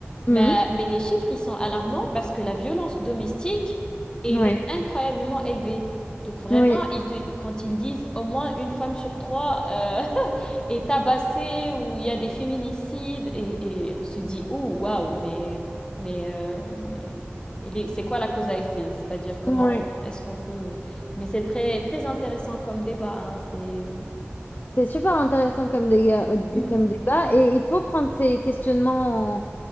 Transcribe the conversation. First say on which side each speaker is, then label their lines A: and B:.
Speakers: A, on the left; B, on the left.
A: Mhm.
B: Mais, mais les chiffres, ils sont alarmants parce que la violence domestique, elle
A: Ouais.
B: est incroyablement élevée. Donc vraiment,
A: Oui.
B: ils te- quand ils disent au moins une femme sur trois euh, <laughs> est tabassée ou il y a des féminicides, et, et on se dit, oh, waouh, mais, mais, euh, mais, mais les- c'est quoi la cause à effet? C'est-à-dire comment
A: Oui.
B: est-ce qu'on peut... Mais c'est très, très intéressant comme débat, hein, c'est...
A: C'est super intéressant comme déga- euh, dé-
B: Mm.
A: comme débat et il faut prendre ces questionnements